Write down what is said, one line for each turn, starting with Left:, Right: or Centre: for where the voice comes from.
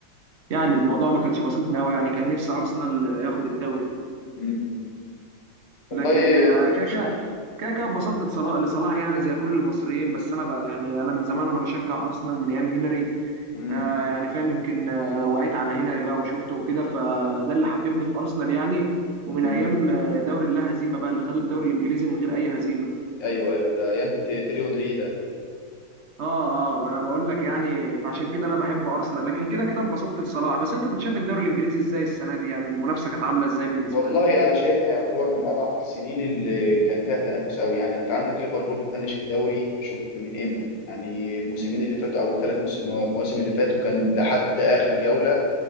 Right: يعني
Left: مم.
Right: الموضوع ما كانش بسيط أوي يعني كان نفسي أرسنال ياخد الدوري
Left: مم. والله
Right: لكن آه، كده كده كده كده اتبسطت لصلاح لصلاح يعني زي كل المصريين بس أنا ب... يعني أنا من زمان وأنا بشجع أرسنال من أيام هنري
Left: مم.
Right: آه، يعني فاهم يمكن آه، وقعت على هنري بقى وشفته وكده فده اللي حببني في أرسنال يعني ومن
Left: مم.
Right: أيام آه، دوري اللا هزيمة بقى اللي خدوا الدوري الإنجليزي من غير أي هزيمة
Left: ايوه ايوه ده ايام ت- تيري اونري ده
Right: اه اه ما انا بقول لك يعني فعشان كده انا بحب ارسنال لكن كده كده اتبسطت لصلاح بس انت كنت شايف الدوري الانجليزي ازاي السنه دي يعني المنافسه كانت عامله ازاي بالنسبه
Left: والله
Right: لك
Left: انا شايفها يعتبر من اضعف السنين اللي كان فيها تنافس قوي يعني انت عندك ليفربول بيفنش الدوري شوف من امتى يعني الموسمين اللي فاتوا او الثلاث مواسم اللي فاتوا كان لحد اخر جوله